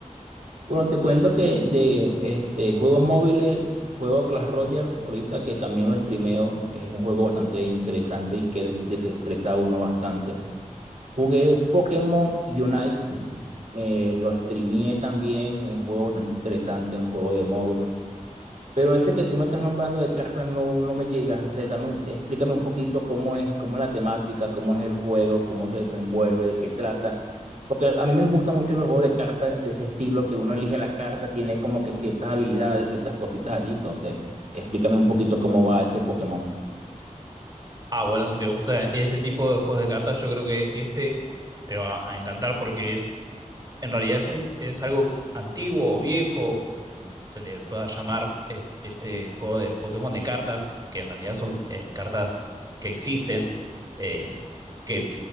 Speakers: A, on the right; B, on the right.
A: Bueno, te cuento que de este, juegos móviles, juego Clash Royale, ahorita que también lo streameo, es un juego bastante interesante y que des- desestresa a uno bastante. Jugué Pokémon Unite, me lo streameé también, es un juego bastante interesante, un juego de móvil. Pero ese que tú me estás nombrando de cartas no, no me llega. O sea, dame un- explícame un poquito cómo es, cómo es la temática, cómo es el juego, cómo se desenvuelve, de qué trata. Porque a mí me gustan mucho los juegos de cartas de ese estilo, que uno elige la carta, tiene como que ciertas habilidades, ciertas cositas allí. Entonces, explícame un poquito cómo va ese Pokémon.
B: Ah, bueno, si te gusta ese tipo de juegos de cartas, yo creo que este te va a encantar porque es en realidad es un, es algo antiguo o viejo, o como se le pueda llamar eh, este juego de Pokémon de cartas, que en realidad son eh, cartas que existen, eh, que